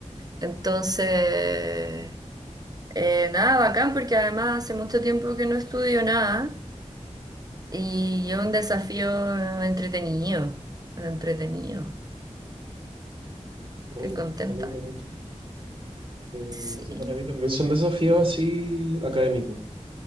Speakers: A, on the right; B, on the right.
A: Entonces, eh, nada, bacán, porque además hace mucho tiempo que no estudio nada. Y es un desafío entretenido, entretenido.
B: Bueno,
A: Estoy contenta.
B: me alegro mucho. Eh,
A: Sí.
B: sí, para mí también son desafíos así académicos.